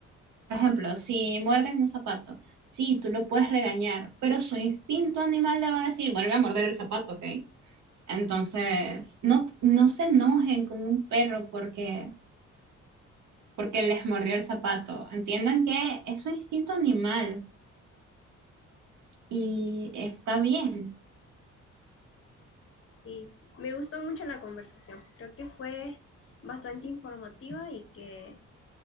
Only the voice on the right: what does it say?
Por ejemplo, si muerden un zapato, sí, tú lo puedes regañar, pero su instinto animal le va a decir, vuelve a morder el zapato, ¿ok? Entonces, no, no se enojen con un perro porque, porque les mordió el zapato. Entiendan que es su instinto animal y está bien.